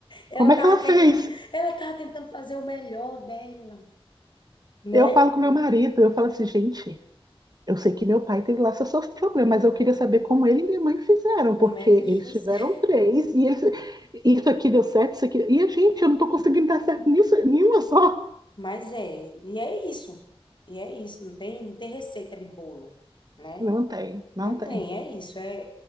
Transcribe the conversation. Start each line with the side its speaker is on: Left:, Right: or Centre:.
Left: ela
Right: Como
Left: tava,
Right: é que ela fez?
Left: tent... ela tava tentando fazer o melhor dela, né?
Right: Eu falo com meu marido, eu falo assim, gente, eu sei que meu pai tem lá seus seus problemas, mas eu queria saber como ele e minha mãe fizeram,
Left: Como
Right: porque
Left: é
Right: eles
Left: que eles fizeram?
Right: tiveram três, e eles, isso aqui deu certo, isso aqui. E a gente, eu não tô conseguindo dar certo nisso, nenhuma só.
Left: Mas é, e é isso, e é isso, não tem, não tem receita de bolo, né?
Right: Não tem, não
Left: Não
Right: tem.
Left: tem, é isso, é,